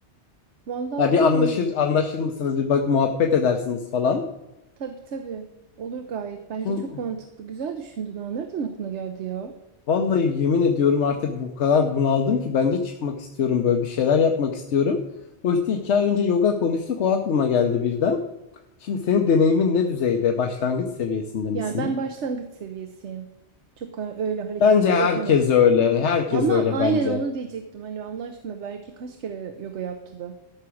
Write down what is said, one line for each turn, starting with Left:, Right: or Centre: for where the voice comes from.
Right: Vallahi
Left: Ya
Right: olur.
Left: bir anlaşır anlaşır mısınız? Bir bak muhabbet edersiniz falan.
Right: Tabii tabii. Olur gayet. Bence
Left: Şimdi
Right: çok mantıklı. Güzel düşündün. ha. Nereden aklına geldi ya?
Left: Vallahi yemin ediyorum artık bu kadar bunaldım ki ben de çıkmak istiyorum böyle bir şeyler yapmak istiyorum. O işte iki ay önce yoga konuştuk o aklıma geldi birden. Şimdi senin deneyimin ne düzeyde? Başlangıç seviyesinde misin?
Right: Yani ben başlangıç seviyesiyim. Çok ha- öyle hareketleri
Left: Bence herkes
Right: yapamam.
Left: öyle. Herkes
Right: Ama
Left: öyle
Right: aynen
Left: bence.
Right: onu diyecektim. Hani Allah aşkına belki kaç kere yoga yaptı da.